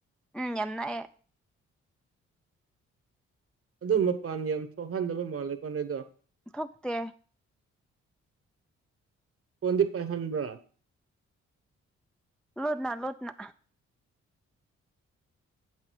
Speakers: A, in the centre; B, on the right.
A: ꯎꯝ ꯌꯥꯝ ꯅꯛꯑꯦ
B: ꯑꯗꯨ ꯃꯄꯥꯟ ꯌꯥꯝ ꯊꯣꯛꯍꯟꯗꯕ ꯃꯥꯜꯂꯦꯀꯣ ꯅꯣꯏꯗꯣ
A: ꯊꯣꯛꯇꯦ
B: ꯐꯣꯟꯗꯤ ꯄꯥꯏꯍꯟꯕ꯭ꯔꯥ
A: ꯂꯣꯠꯅꯥ ꯂꯣꯠꯅꯥ